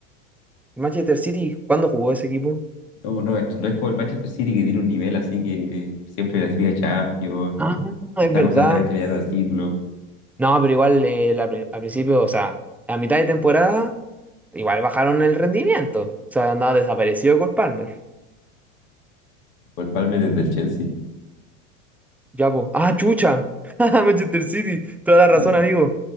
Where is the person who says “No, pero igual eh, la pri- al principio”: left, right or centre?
Centre